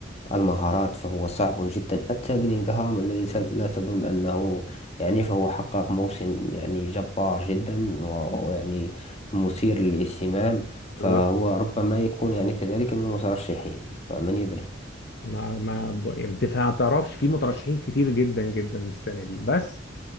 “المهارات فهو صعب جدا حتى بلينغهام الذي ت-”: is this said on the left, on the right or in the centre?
Left